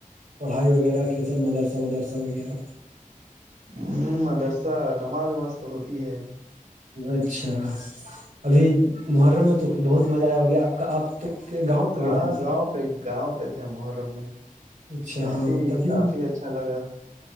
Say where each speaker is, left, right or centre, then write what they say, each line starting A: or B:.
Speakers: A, on the right (about 60°); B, on the right (about 75°).
A: پڑھائی وغیرہ کیسا مدرسہ ودرسہ وغیرہ
B: ہ مدرسہ نماز وماز تو ہوتی ہے
A: اچھا ابھی محرم میں تو بہت مزہ آیا ہو گیا آپ کا آپ گاؤں پہ
B: ہاں
A: گئے تھے نا سر
B: گاؤں پہ گاؤں پہ تھے محرم میں
A: اچھا
B: تو کافی
A: ہاں تبھی
B: کافی اچھا لگا